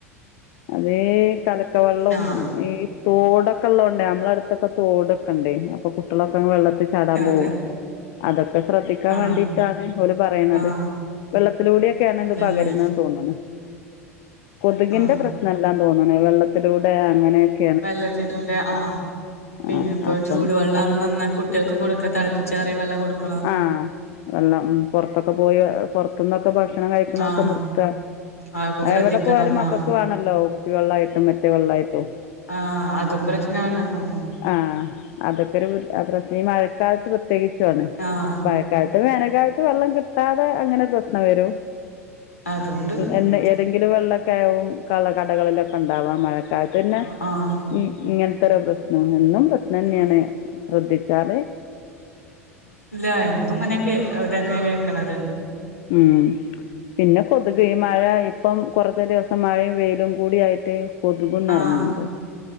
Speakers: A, on the left; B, on the left.
A: അതീ കലക്ക വെള്ളോം
B: ആഹ്
A: ഈ തോടൊക്കെള്ളോണ്ടേ നമ്മളടുത്തൊക്കെ തോടൊക്കെണ്ടേ അപ്പൊ കുട്ടികളൊക്കങ് വെള്ളത്തിൽ ചാടാൻ
B: അതെ
A: പോകും അതൊക്കെ ശ്രദ്ധിക്കാൻ
B: ആഹ്
A: വേണ്ടീട്ടാണ് ഓല് പറയണത്
B: ആഹ്
A: വെള്ളത്തിലൂടെയൊക്കെയാണിത്
B: അതന്നെ
A: പകരുന്നത് തോന്നണ് കൊതുകിന്റെ
B: ആഹ് ആഹ്
A: പ്രശ്നല്ലാ തോന്നണ് വെള്ളത്തിലൂടെ അങ്ങനെ ഒക്കെ
B: വെള്ളത്തിനൂടെ ആഹ് പിന്നിപ്പോ
A: ആ അപ്പം
B: ചൂടുവെള്ളം
A: ആ
B: നന്നായി കു കുട്ട്യാക്ക് കൊടുക്കാ തിളപ്പിച്ചാറിയ വെള്ളം കൊടുക്കണം
A: ആഹ് വെള്ളം പൊറത്തൊക്കെ പോയി പൊറത്തുന്നൊക്കെ ഭക്ഷണം കഴിക്കണതൊക്കെ
B: ആഹ്
A: നിർത്തുക
B: അതൊക്കെ ശ്രദ്ധിക്കണം
A: എവിടെ പോയാലും മക്കക്ക്
B: ആഹ്
A: വേണല്ലോ കുപ്പി വെള്ളായിട്ടും മറ്റേ വെള്ളായിട്ടും
B: ആഹ് അതും പ്രശ്നമാണ് ഉം
A: ആഹ് അതൊക്കെരു അതൊക്കീ മഴക്കാലത്ത് പ്രത്യേകിച്ചോ
B: ആഹ്
A: മഴക്കാലത്ത് വേനൽക്കാലത്ത് വെള്ളം കിട്ടാതെ അങ്ങനെ ഒരു പ്രശ്നം വരും
B: അതുകൊണ്ട്
A: എന്ന
B: ആഹ്
A: ഏതെങ്കിലും വെള്ളൊക്കാവും കള കടകളിലൊക്കെയുണ്ടാവാ മഴ ക്കാലത്തെന്നെ
B: ആഹ് ആഹ്
A: ഇങ്ങനത്തൊരു പ്രശ്നം എന്നും പ്രശ് നന്നെയാണ്
B: ആഹ്
A: ശ്രദ്ധിച്ചാല്
B: ആഹ് എന്നും ഇങ്ങനെയൊക്കെ ഇതന്നെ കേൾക്കണത്
A: ഉം പിന്നെ കൊതുക് ഈ മഴ ഇപ്പം കുറച്ച് ദിവസം മഴയും വെയിലും കൂടി ആയിട്ട് കൊതുകും നിറഞ്ഞുണ്ട്
B: ആഹ്